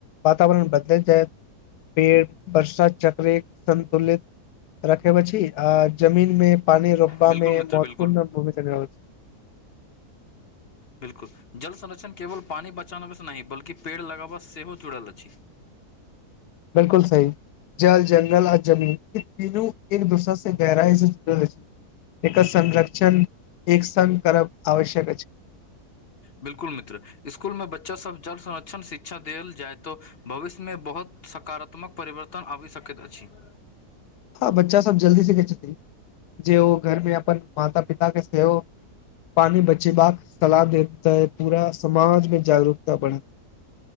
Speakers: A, on the left; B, on the left.
A: वातावरण बदलैत जैत- पेड़ वर्षा चक्रे संतुलित रखैब अछी आ जमीन में पानी रोकबा
B: बिल्कुल
A: में
B: मित्र
A: महत्वपूर्ण
B: बिल्कुल
A: भूमिका निभाबाई छै
B: बिल्कुल जल संरक्षण केवल पानी बचाबा स नहीं बल्कि पेड़ लगाबा सेहो जुड़ल अछि
A: बिल्कुल सही जल जंगल आ जमीन ई तीनू एक दोसर से गहरा स जुड़ल अछी एक संरक्षण एक संग करब आवश्यक अछि
B: बिल्कुल मित्र इसकुल में बच्चा सब जल संरक्षण शिक्षा देल जाय तो भविष्य में बहुत सकारात्मक परिवर्तन आबे सकैत अछि <unintelligible>
A: हँ बच्चा सब जल्दी सिखै छथिन जे ओ घर में अपन माता पिता केँ सेहो पानी बचेबा कऽ सलाह देताै अ पूरा समाज में जागरूकता बढ़